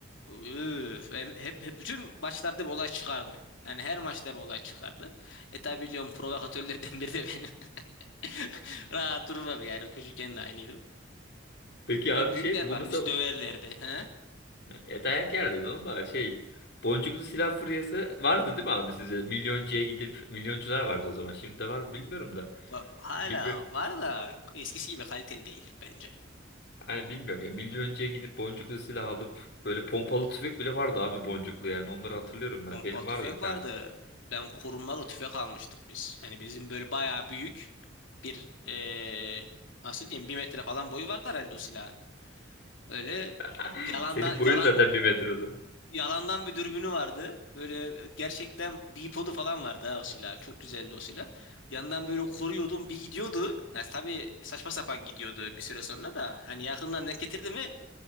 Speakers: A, on the left; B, on the left.
A: Üf, hem- hep, hep bütün maçlarda bir olay çıkardı. Yani her maçta bir olay çıkardı. E tabi biliyorum provokatörlerden biri de benim. <laughs> Rahat durmam yani. Çocukken de aynıydım.
B: Peki abi
A: Tabii büyükler
B: şey bu
A: vardı
B: mesela
A: bizi döverlerdi. He?
B: E dayak yerdin oğlum da şey. Boncuklu silah furyası vardı değil mi abi size? Milyoncuya gidip milyoncular vardı o zaman. Şimdi de var mı bilmiyorum da.
A: Va- Hala
B: Milyon,
A: var da eskisi gibi kaliteli değil bence.
B: hani bilmiyorum ya. Milyoncuya gidip boncuklu silah alıp böyle pompalı tüfek bile vardı abi boncuklu yani. Onları hatırlıyorum ben.
A: Pompa
B: Benim
A: tüfek
B: vardı bir tane.
A: vardı. Ben kurmalı tüfek almıştık biz. Hani bizim böyle bayağı büyük bir eee, nasıl diyeyim bir metre falan boyu vardı herhalde o silahın. Öyle
B: <laughs>
A: yalandan
B: Senin
A: yalan
B: boyun zaten bir metre o zaman.
A: Yalandan bir dürbünü vardı. Böyle e, gerçekten bipodu falan vardı ha o silah. Çok güzeldi o silah. Yandan böyle koruyordum bir gidiyordu. Yani tabii saçma sapan gidiyordu bir süre sonra da. Hani yakından denk getirdi mi